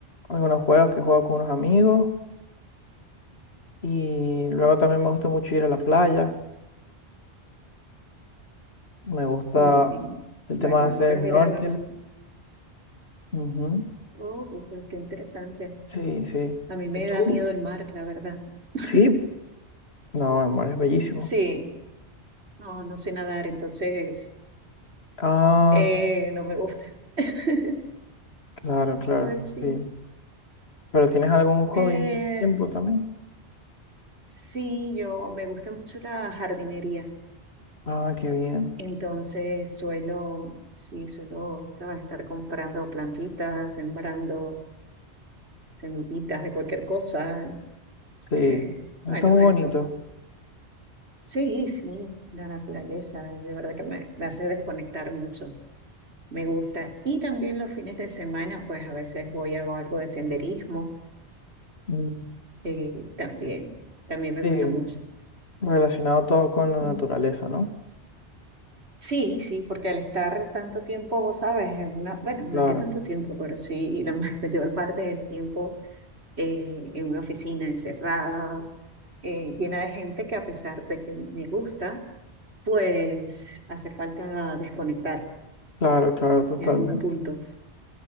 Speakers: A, on the left; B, on the right.
A: algunos juegos que juego con unos amigos. Y luego también me gusta mucho ir a la playa. Me gusta
B: Bien.
A: el
B: Bueno,
A: tema de hacer
B: ahora en
A: snorkel.
B: verano.
A: Ujú.
B: Oh, pues, qué interesante.
A: Sí, sí.
B: A mí me
A: ¿Y tú?
B: da miedo el mar, la verdad. <laughs>
A: Sí, no, el mar es bellísimo.
B: Sí, no, no sé nadar, entonces
A: Ah,
B: eh, no me gusta. <laughs>
A: claro, claro,
B: Pues sí.
A: sí. ¿Pero tienes algún hobby
B: Eh,
A: en ese tiempo también?
B: sí, yo me gusta mucho la jardinería.
A: Ah, qué bien.
B: Entonces suelo, sí, suelo, ¿sabes? Estar comprando plantitas, sembrando semillitas de cualquier cosa.
A: Sí,
B: Eh,
A: eso
B: bueno,
A: está muy bonito.
B: eso. Sí, sí, la naturaleza, de verdad que me, me hace desconectar mucho, me gusta. Y también los fines de semana, pues a veces voy a algo de senderismo,
A: Mm,
B: eh, también, también me
A: Sí,
B: gusta mucho.
A: relacionado todo con la
B: Ujú.
A: naturaleza, ¿no?
B: Sí, sí, porque al estar tanto tiempo, sabes, en una, bueno, no
A: Claro,
B: es que tanto tiempo, pero sí, la <laughs> mayor parte del tiempo eh, en una oficina encerrada, eh, llena de gente que a pesar de que me gusta, pues hace falta desconectar
A: claro, claro, totalmente.
B: en algún punto.